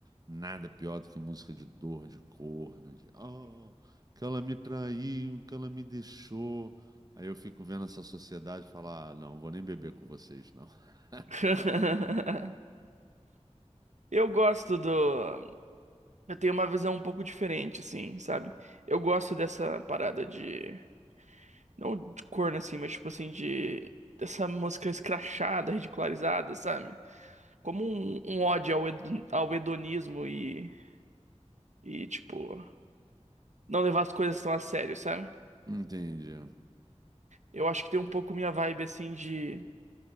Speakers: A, on the right; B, on the right.
A: nada pior do que música de dor, de corno, de ah, que ela me traiu, que ela me deixou. Aí eu fico vendo essa sociedade e falar, ah, não, vou nem beber com vocês, não. <laughs>
B: <laughs> Eu gosto do. Eu tenho uma visão um pouco diferente, assim, sabe? Eu gosto dessa parada de. Não de corno, assim, mas tipo assim, de. Dessa música escrachada, ridicularizada, sabe? como um, um ódio ao, hedo- ao hedonismo e, e, tipo, não levar as coisas tão a sério, sabe?
A: Entendi.
B: Eu acho que tem um pouco minha vibe, assim, de,